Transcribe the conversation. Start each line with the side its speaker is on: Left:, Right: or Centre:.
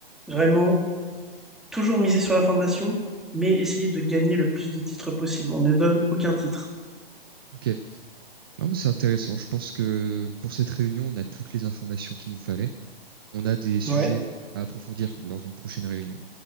Centre: vraiment, toujours miser sur la formation, mais essayer de gagner le plus de titres possible. On ne donne aucun titre.
Right: Ok. Non, mais c'est intéressant. Je pense que pour cette réunion, on a toutes les informations qu'il nous fallait. On a des sujets
Centre: Ouais,
Right: à approfondir lors d'une prochaine réunion.